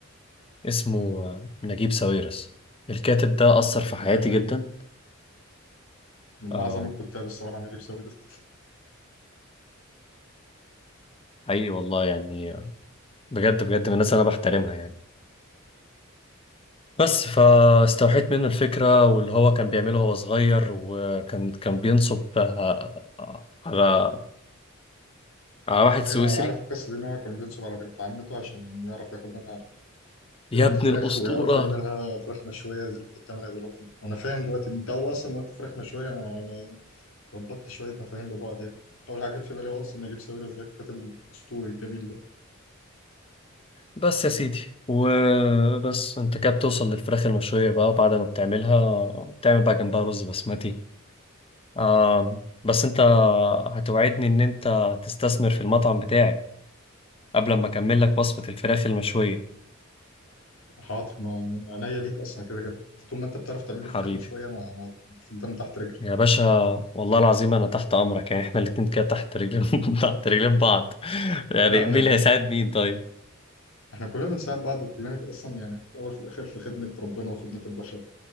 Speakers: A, on the left; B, on the left.
A: اسمه آه، نجيب ساويرس الكاتب ده أثر في حياتي
B: أيوه
A: جدا
B: أيوه من
A: آه،
B: أعظم الكتاب الصراحة نجيب ساويرس
A: حقيقي والله يعني آه، بجد بجد من الناس اللي أنا بحترمها يعني بس فاستوحيت
B: <laughs>
A: منه الفكرة واللي هو كان بيعمله وهو صغير وكان كان بينصب آه، آه، على على واحد سويسري
B: ايوه انا عارف القصه دي ان هو كان بينصب على بنت عمته عشان يعرف ياخد منها
A: يا
B: الفراخ
A: ابن الأسطورة
B: ويعرف يعملها فراخ مشويه زي اللي انت بتعملها دلوقتي وانا فاهم دلوقتي انت اول اصلا ما قلت فراخ مشويه انا انا ربطت شويه مفاهيم ببعض يعني اول حاجه جت في بالي هو اصلا نجيب ساويرس ازاي الكاتب الاسطوري الجميل ده
A: بس يا سيدي وبس انت كده بتوصل للفراخ المشوية بقى بعد ما بتعملها بتعمل بقى جنبها رز بسمتي آم، بس انت هتوعدني ان انت تستثمر في المطعم بتاعي قبل ما اكمل لك وصفة الفراخ المشوية
B: حاضر ما عينيا ليك اصلا كده كده طول ما انت بتعرف تعمل لي
A: حبيبي
B: فراخ مشويه انا انا خدام تحت رجلي
A: يا باشا والله العظيم انا تحت امرك يعني احنا الاتنين كده تحت رجلين <laughs> تحت رجلين بعض يعني
B: لا
A: مين
B: يعني
A: اللي
B: مش
A: هيساعد مين طيب
B: احنا كلنا بنساعد بعض وكلنا اصلا يعني في الاول وفي الاخر في خدمه ربنا وخدمه البشر